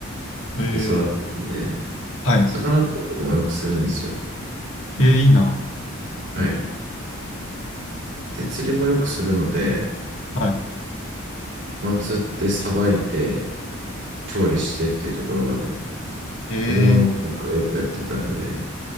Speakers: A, on the left; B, on the right.
A: へ
B: で育ってるんで、
A: え。はい。
B: 魚釣りとかもよくするんですよ。
A: えー、いいな。
B: はい。
A: へえ
B: で、釣りもよくするので、
A: ー。はい。
B: まあ、釣ってさばいて、調理してっていうところまで、
A: へえー。
B: 子供の頃からよくやってたので、